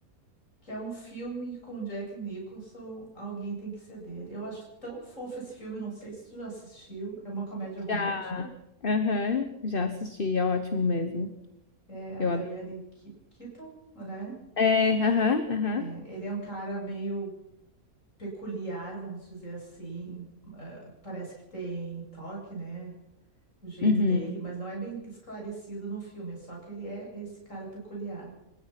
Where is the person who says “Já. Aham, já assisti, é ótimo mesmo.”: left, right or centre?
Left